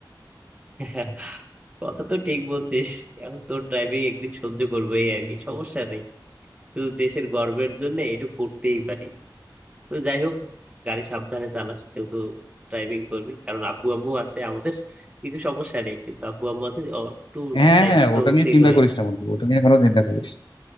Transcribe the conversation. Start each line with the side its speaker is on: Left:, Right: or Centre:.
Right: <laughs> কথা তো ঠিক বলছিস এখন তোর ড্রাইভিং একদিন সহ্য করবো এই আর কি সমস্যা নেই শুধু দেশের গর্বের জন্য এটা করতেই পারি তো যাই হোক গাড়ি সাবধানে চালাস যেহেতু ড্রাইভিং করবি কারণ আব্বু আম্মু আছে আমাদের কিছু সমস্যা নেই কিন্তু আব্বু আম্মু আছে ও একটু
Left: হ্যাঁ
Right: দায়িত্বশীল
Left: হ্যাঁ ওটা নিয়ে চিন্তা
Right: হয়ে
Left: করিস না বন্ধু ওটা নিয়ে কোনো চিন্তা করিস না।